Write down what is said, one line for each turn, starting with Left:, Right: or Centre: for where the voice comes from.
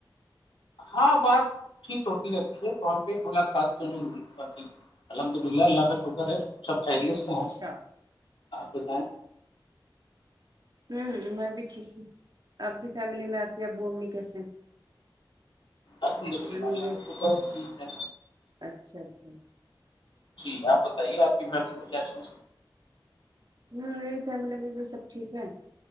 Left: ہاں بات یت ہوتی رہتی ہے کال پہ ملاقات تو نہیں ہوئی بتی الحمد للہ اللہ کا شکر ہے سب خیریت سے
Right: اچھا
Left: ہیں آپ بتائیں
Right: ہوں میں بھی ٹھیک تھی آپ کی فیملی میں آپ کی ابو امی کیسے ہیں
Left: البلہ اللہ
Right: مجھے
Left: توک ھیک ہے
Right: اچھا اچھا
Left: جی آپ بتائیے آپ کی فیملی میں کیس ہو
Right: ہوں مری فیملی میں بھی سب ٹھیک ہے